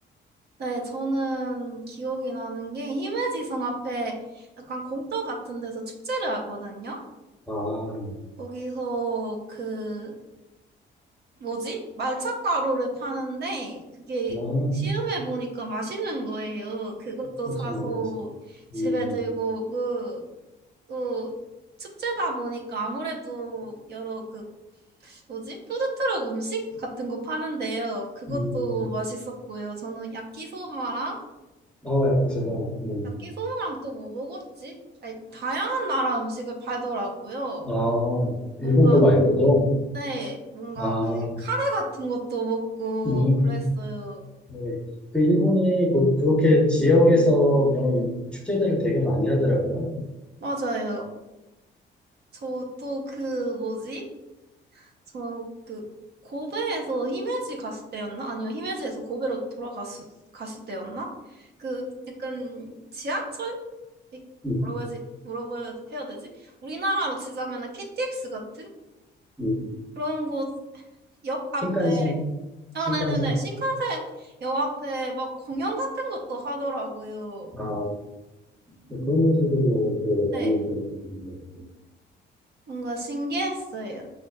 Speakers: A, on the right (about 55°); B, in the centre.
A: 네, 저는 기억이 나는 게 히메지성 앞에 약간 공터 같은 데서 축제를 하거든요.
B: 아,
A: 거기서 그 뭐지? 말차가루를 파는데 그게
B: 아,
A: 시음해 보니까 맛있는 거예요. 그것도
B: 그렇죠.
A: 사서
B: 뭐,
A: 집에
B: 음,
A: 들고 오고 또 축제다 보니까 아무래도 여러 그 뭐지? 푸드트럭 음식 같은 거 파는데요. 그것도
B: 음.
A: 맛있었고요. 저는 야키소바랑
B: 아, 그래서가, 음.
A: 야끼소바랑 또 뭐 먹었지? 아니, 다양한 나라 음식을 팔더라고요.
B: 아, 일본
A: 뭔가,
B: 거 말고도,
A: 네, 뭔가
B: 아,
A: 그 카레 같은 것도 먹고
B: 음.
A: 그랬어요.
B: 네. 그 일본이 그, 그렇게 지역에서 그런 축제들을 되게 많이 하더라고요.
A: 맞아요. 저 또 그 뭐지? 저 그 고베에서 히메지 갔을 때였나? 아니요, 히메지에서 고베로 돌아갔을 갔을 때였나? 그 약간 지하철? 이-
B: 음,
A: 뭐라고 해야지? 뭐라고 해야 해야 되지? 우리나라로 치자면 KTX 같은
B: 음.
A: 그런 곳 역 앞에
B: 신칸센, 신칸센.
A: 아, 네네네. 신칸센 역 앞에 막 공연 같은 것도 하더라고요.
B: 아, 네, 그런 것들도 뭐, 그, 많이
A: 네.
B: 그, 그, 그,
A: 뭔가 신기했어요.